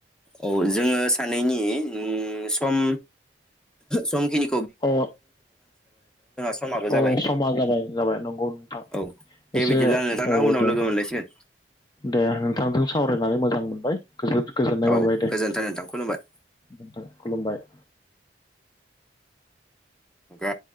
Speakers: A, in the centre; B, on the left.
A: औ जोङो सानैनि ओम सम समखिनि
B: अ
A: समाबो जाबाय
B: औ समा जाबाय जाबाय नंगौ नोंथां
A: औ दे
B: एसे
A: बिदिब्ला नोंथाङा
B: औ
A: उनाव
B: दे
A: लोगो मोनलायसिगोन
B: दे नोंथांजों सावराय नानै मोजां मोनबाय। गोजोन गोजोननाय
A: औ
B: मोनबाय दे
A: गोजोन्थों नोंथां खुलुमबाय
B: नोंथां खुलुमबाय।
A: गा